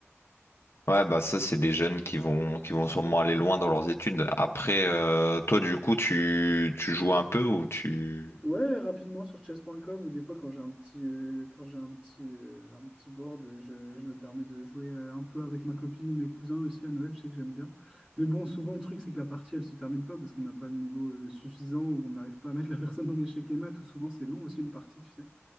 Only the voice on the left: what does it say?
ouais, bah ça c'est des jeunes qui vont qui vont sûrement aller loin dans leurs études. Après, euh, toi du coup, tu tu joues un peu ou tu